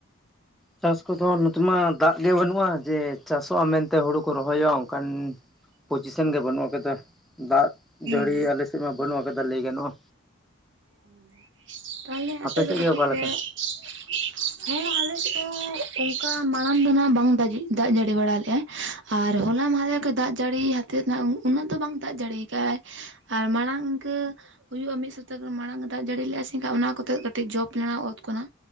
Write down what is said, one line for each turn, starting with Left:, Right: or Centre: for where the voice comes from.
Centre: ᱪᱟᱥ ᱠᱚᱫᱚ ᱱᱚᱛᱮ ᱢᱟ ᱫᱟᱜ ᱜᱮ ᱵᱟᱹᱱᱩᱜᱼᱟ ᱡᱮ ᱪᱟᱥᱚᱜᱼᱟ ᱢᱮᱱᱛᱮ ᱦᱩᱲᱩ ᱠᱚ ᱨᱚᱦᱚᱭᱚᱜ-ᱟ ᱚᱱᱠᱟᱱ, ᱯᱚᱡᱤᱥᱮᱱ ᱜᱮ ᱵᱟᱹᱱᱩᱜ ᱠᱟᱫᱟ ᱫᱟᱜ
Right: ᱦᱩᱸ
Centre: ᱡᱟᱹᱲᱤ ᱟᱞᱮ ᱥᱮᱜ ᱢᱟ ᱵᱟᱹᱱᱩᱜ ᱠᱟᱫᱟ ᱞᱟᱹᱭ ᱜᱟᱱᱚᱜᱼᱟ᱾
Right: ᱚ ᱛᱟᱦᱞᱮ ᱟᱯᱮ
Centre: ᱥᱮᱫ
Right: ᱫᱚ
Centre: ᱜᱮ
Right: ᱠᱟᱹᱴᱤᱡ
Centre: ᱚᱠᱟ ᱞᱮᱠᱟ?
Right: ᱯᱮ <unintelligible> ᱟᱞᱮ ᱥᱮᱜ ᱦᱚᱸ ᱚᱱᱠᱟ ᱢᱟᱲᱟᱝ ᱫᱚ ᱱᱟᱦᱟᱜ ᱵᱟᱝ ᱫᱟᱜᱤᱜ ᱫᱟᱜ ᱡᱟᱹᱲᱤ ᱵᱟᱲᱟ ᱞᱮᱫᱼᱟᱭ ᱟᱨ ᱦᱚᱞᱟ ᱢᱟᱫᱷᱮᱨ ᱫᱟᱜ ᱡᱟᱹᱲᱤ ᱦᱟᱛᱮᱫ ᱱᱟᱜ ᱩᱱᱟᱹᱜ ᱫᱚ ᱵᱟᱝ ᱫᱟᱜ ᱡᱟᱹᱲᱤᱭ ᱟᱠᱟᱫᱟᱭ᱾ ᱟᱨ ᱢᱟᱲᱟᱝ ᱤᱱᱠᱟᱹ ᱦᱩᱭᱩᱜᱼᱟ ᱢᱤᱫ ᱥᱚᱯᱛᱮ ᱢᱟᱲᱟᱝ ᱫᱟᱜ ᱡᱟᱹᱲᱤ ᱞᱮ-ᱟ ᱥᱮᱜᱷᱟ ᱚᱱᱟ ᱠᱚᱛᱮ ᱠᱟᱹᱴᱤᱡ ᱡᱚᱯ ᱞᱮᱱᱟ ᱚᱛ ᱠᱚ ᱱᱟᱜ᱾